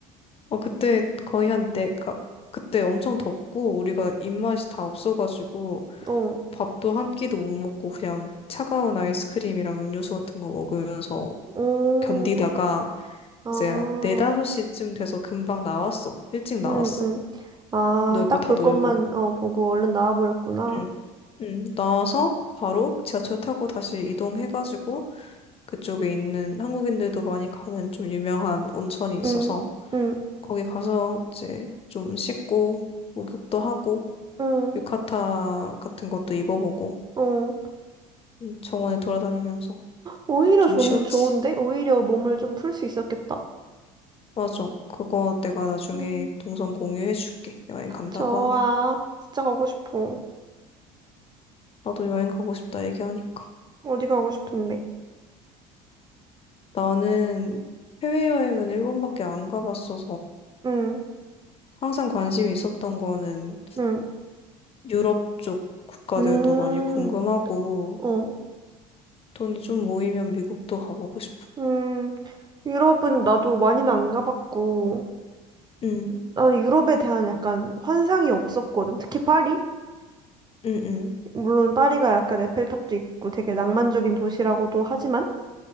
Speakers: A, on the left; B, on the right.
A: 어 그때 거의 한때 그 그때 엄청 덥고 우리가 입맛이 다 없어가지고
B: 어,
A: 밥도 한 끼도 못 먹고 그냥 차가운 아이스크림이랑 음료수 같은 거 먹으면서
B: 어.
A: 견디다가
B: 아,
A: 이제 네다섯 시쯤 돼서 금방 나왔어. 일찍 나왔어.
B: 응, 응. 아,
A: 놀 거
B: 딱
A: 다
B: 볼
A: 놀고.
B: 것만 어, 보고 얼른 나와버렸구나.
A: 응, 응. 나와서 바로 지하철 타고 다시 이동해가지고 그쪽에 있는 한국인들도 많이 가는 좀 유명한 온천이 있어서
B: 응, 응,
A: 거기 가서 이제 좀 씻고 목욕도 하고
B: 응,
A: 유카타 같은 것도 입어보고
B: 어.
A: 음, 정원에 돌아다니면서
B: 오히려
A: 좀
B: 좋,
A: 쉬었지.
B: 좋은데? 오히려 몸을 좀 풀 수 있었겠다.
A: 맞아. 그거 내가 나중에
B: 응,
A: 동선 공유해줄게. 여행 간다고
B: 좋아.
A: 하면.
B: 진짜 가고 싶어.
A: 나도 여행 가고 싶다 얘기하니까.
B: 어디 가고 싶은데?
A: 나는 해외여행은 일본밖에 안 가봤어서
B: 응,
A: 항상 관심이 있었던 거는
B: 응,
A: 유럽 쪽 국가들도
B: 음,
A: 많이 궁금하고
B: 어,
A: 돈이 좀 모이면 미국도 가보고 싶어.
B: 음. 유럽은 나도 많이는 안 가봤고,
A: 응,
B: 나는 유럽에 대한 약간 환상이 없었거든. 특히 파리?
A: 응, 응,
B: 물론 파리가 약간 에펠탑도 있고 되게 낭만적인 도시라고도 하지만,